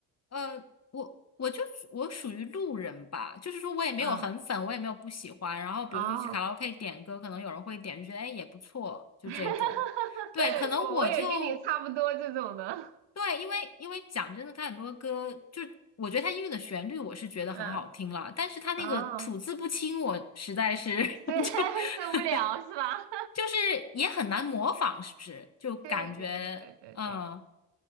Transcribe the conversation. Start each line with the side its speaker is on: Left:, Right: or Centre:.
Left: 呃，我我就我属于路人吧，就是说我也没有很粉，
Right: 嗯，
Left: 我也没有不喜欢。然后比如说去卡拉
Right: 哦，
Left: OK 点歌，可能有人会点，就觉得哎也不错，就这种。
Right: <laughs>
Left: 对，可能我就
Right: 我我也跟你差不多这种的，
Left: 对，因为因为讲真的，他很多歌就我觉得他音乐的旋律我是觉得很好听了，
Right: 嗯，
Left: 但是他那个吐字不清，
Right: 哦。
Left: 我实在是
Right: 是
Left: <laughs>
Right: <laughs>
Left: 就
Right: 受不了是吧？
Left: <laughs> 就是也很难模仿，是不是？
Right: <laughs>
Left: 就感觉嗯，
Right: 对对对对对对，